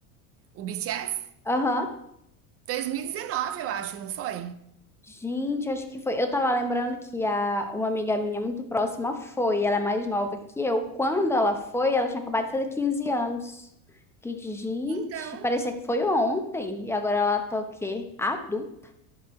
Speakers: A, on the right (about 35°); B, in the centre.
A: O BTS?
B: Aham.
A: 2019, eu acho, não foi?
B: Gente, acho que foi. Eu tava lembrando que a, uma amiga minha muito próxima foi. Ela é mais nova que eu. Quando ela foi, ela tinha acabado de fazer 15 anos. Que, gente,
A: Então,
B: parecia que foi ontem. E agora ela tá o quê? Adulta.